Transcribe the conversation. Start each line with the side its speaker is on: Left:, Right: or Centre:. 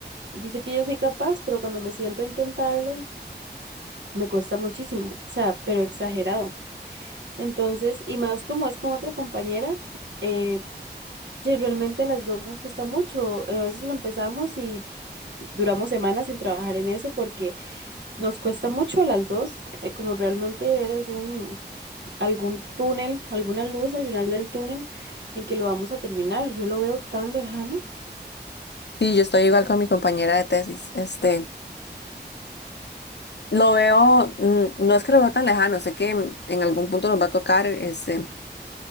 Right: yo sé que yo soy capaz, pero cuando me siento a intentarlo, me cuesta muchísimo, o sea, pero exagerado. Entonces, y más como es con otra compañera, eh, ye- realmente las dos nos cuesta mucho. Eh, a veces lo empezamos y duramos semanas sin trabajar en eso porque nos cuesta mucho a las dos, eh, como realmente ver algún, algún túnel, alguna luz al final del túnel en que lo vamos a terminar. Yo lo veo tan lejano.
Left: Sí, yo estoy igual con mi compañera de tesis. Este, lo veo, mm, no es que lo veo tan lejano, sé que mm, en algún punto nos va a tocar este,